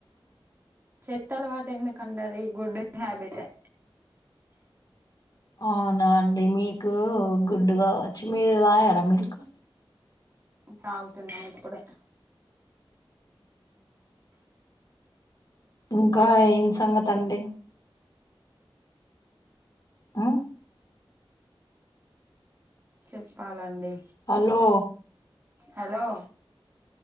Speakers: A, on the right (about 25°); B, on the left (about 45°).
A: చెత్త అలవాటు ఎందుకండి అది గుడ్ హ్యాబిటే
B: అవునా అండి మీకు గుడ్డు కావచ్చు మీరు తాగార మిల్క్
A: తాగుతున్నాను ఇప్పుడే
B: ఇంకా ఏం సంగతి అండి ఉ
A: చెప్పాలండి
B: హలో
A: హలో